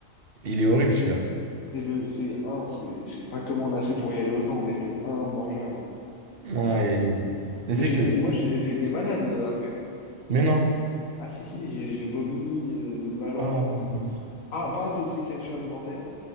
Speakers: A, on the right; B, on the left.
A: Il est horrible celui-là.
B: C'est le, c'est un, c'est, je sais pas comment on a fait pour y aller autant, mais c'est immangeable,
A: Ah,
B: en fait.
A: et, et c'est
B: Mais j'ai
A: que.
B: été, moi, j'ai j'ai été malade euh, après.
A: Mais non.
B: Ah si, si, j'ai j'ai vomi, euh, mal
A: Ah
B: au ventre.
A: mince.
B: euh. Ah, pas intoxication alimentaire,